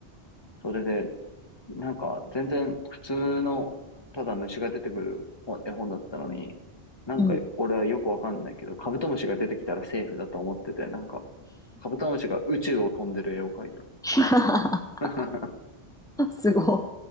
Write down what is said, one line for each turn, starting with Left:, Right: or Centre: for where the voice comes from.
Left: それで、なんか、全然普通の、ただ虫が出てくる絵本だったのに、なんか俺はよくわかんないけど、
Centre: うん、
Left: カブトムシが出てきたらセーフだと思ってて、なんか、カブトムシが宇宙を飛んでる絵を描いた。
Centre: <laughs>
Left: <laughs>
Centre: すご